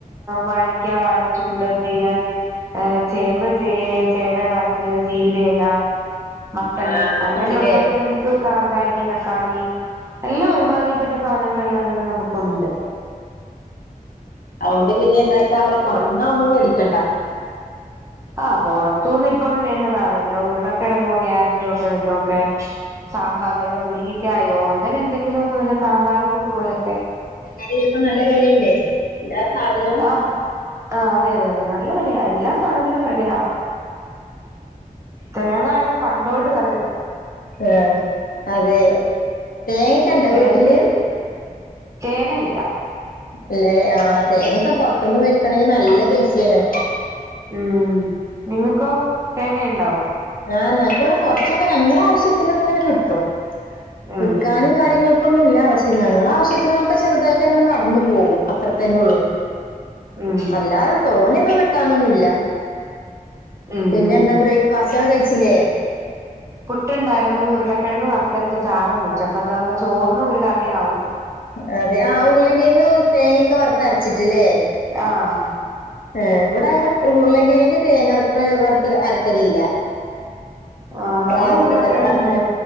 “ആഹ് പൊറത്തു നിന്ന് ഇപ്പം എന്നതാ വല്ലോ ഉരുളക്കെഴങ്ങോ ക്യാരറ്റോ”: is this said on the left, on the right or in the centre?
Right